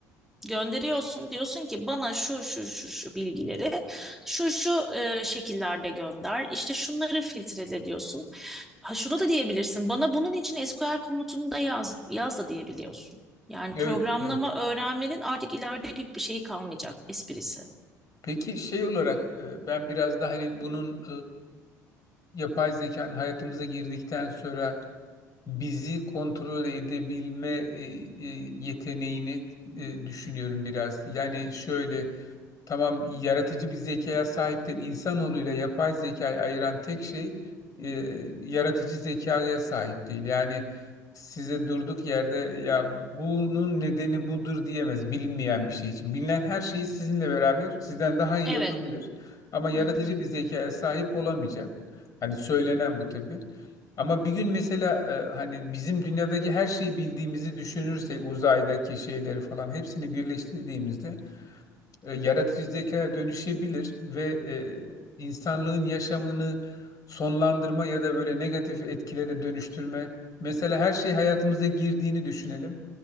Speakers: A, in the centre; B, on the left.
A: gönderiyorsun. Diyorsun ki bana şu şu şu şu bilgileri şu şu e, şekillerde gönder. İşte şunları filtrele diyorsun. Ha, şunu da diyebilirsin. Bana bunun için SQL komutunu da yaz, yaz da diyebiliyorsun. Yani
B: Evet,
A: programlama
B: evet.
A: öğrenmenin artık ileride bir, bir şeyi kalmayacak esprisi.
B: Peki şey olarak e, ben biraz da hani bunun e, yapay zekanın hayatımıza girdikten sonra bizi kontrol edebilme e, e, yeteneğini e, düşünüyorum biraz. Yani şöyle tamam yaratıcı bir zekaya sahip değil. İnsanoğluyla yapay zekayı ayıran tek şey e, yaratıcı zekaya sahip değil. Yani size durduk yerde ya bunun nedeni budur diyemez bilinmeyen bir şey için. Bilinen her şeyi sizinle beraber sizden daha iyi
A: Evet.
B: yapabilir. Ama yaratıcı
A: Hı hı.
B: bir zekaya sahip olamayacak. Hani söylenen bu tabii. Ama bir gün mesela e, hani bizim dünyadaki her şeyi bildiğimizi düşünürsek uzaydaki şeyleri falan hepsini birleştirdiğimizde e, yaratıcı zekaya dönüşebilir ve e, insanlığın yaşamını sonlandırma ya da böyle negatif etkilere dönüştürme. Mesela her şey hayatımıza girdiğini düşünelim.